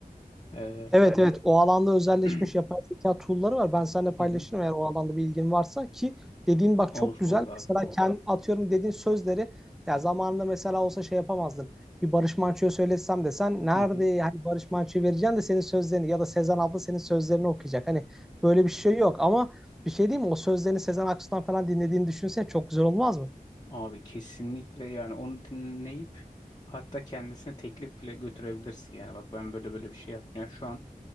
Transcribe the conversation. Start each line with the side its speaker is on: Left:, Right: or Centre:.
Left: E,
Centre: Evet evet. O alanda özelleşmiş
Left: <clears throat>
Centre: yapay zeka tool'ları var. Ben seninle paylaşırım
Left: hı hı.
Centre: eğer o alanda bir ilgin varsa ki dediğin bak
Left: Olur
Centre: çok güzel.
Left: olur abi.
Centre: Mesela kendi atıyorum dediğin sözleri ya zamanında mesela olsa şey yapamazdın. Bir Barış Manço'ya söylesem de sen nerede
Left: Hı hı.
Centre: yani Barış Manço'yu vereceksin de senin sözlerini ya da Sezen abla senin sözlerini okuyacak. Hani böyle bir şey yok ama bir şey değil mi? O sözlerini Sezen Aksu'dan falan dinlediğini düşünsene çok güzel olmaz mı?
Left: Abi kesinlikle yani onu dinleyip hatta kendisine teklif bile götürebilirsin yani bak ben böyle böyle bir şey yazdım. Yani şu an